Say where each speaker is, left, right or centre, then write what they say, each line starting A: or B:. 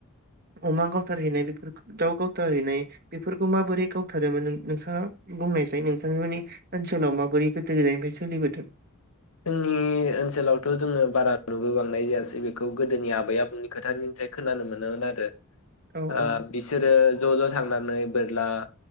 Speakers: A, on the right; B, on the left.
A: अमा गावथारहैनाय बेफोरखौ दाउ गावथारहैनाय बेफोरखौ माबोरै गावथारोमोन नों नोंथाङा बुंनायसै नों <unintelligible> ओनसोलाव माबोरै गोदो गोदायनिफ्राय सोलिबोदों?
B: जोंनि ओनसोलावथ' जोङो बारा नुबो बांनाय जायासै बेखौ गोदोनि आबै आबौनि खोथानिफ्राय खोनानो मोनोमोन आरो।
A: औ
B: ओ
A: औ
B: बिसोरो ज' ज' थांनानै बोरला